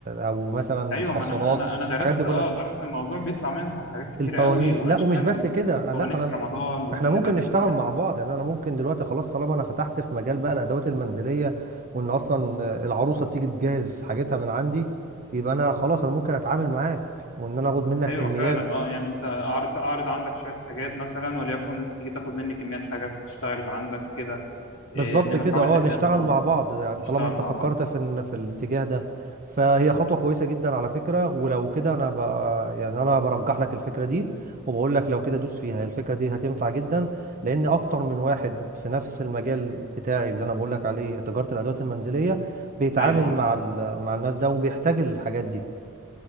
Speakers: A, on the right; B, on the left.
A: او مثلا
B: ايوه
A: الحصالات
B: ما انا انا انا درست
A: الحاجات دي كلها
B: اه درست الموضوع بيطلع منها حاجات كتيرة
A: الفوانيس
B: قوي واشكال
A: لا ومش بس كده
B: فوانيس
A: لا انا
B: رمضان وكل
A: احنا ممكن
B: ده بيطلع
A: نشتغل
B: منها
A: مع بعض يعني انا ممكن دلوقتي خلاص طالما انا فتحت في مجال بقى الادوات المنزليه وان اصلا العروسه بتيجي تجهز حاجتها من عندي يبقى انا خلاص انا ممكن اتعامل معاك وان انا اخد منك
B: ايوه
A: كميات
B: فعلا اه يعني انت اعرض اعرض عندك شوية حاجات مثلا وليكن انت تيجي تاخد مني كميات حاجات اشتغلت عندك كده إيه،
A: بالظبط
B: انما
A: كده
B: حاول
A: اه
B: ان احنا
A: نشتغل
B: اه
A: مع بعض يعني
B: نشتغل
A: طالما انت
B: مع
A: فكرت
B: بعض
A: في إن- في الاتجاه ده فهي خطوة كويسة جدا على فكرة ولو كده انا ب... يعني انا برجح لك الفكرة دي وبقول لك لو كده دوس فيها هي الفكرة دي هتنفع جدا لان اكتر من واحد في نفس المجال بتاعي اللي انا بقول لك عليه تجارة الادوات المنزلية بيتعامل
B: ايوه اه
A: مع ال... مع الناس ده وبيحتاج الحاجات دي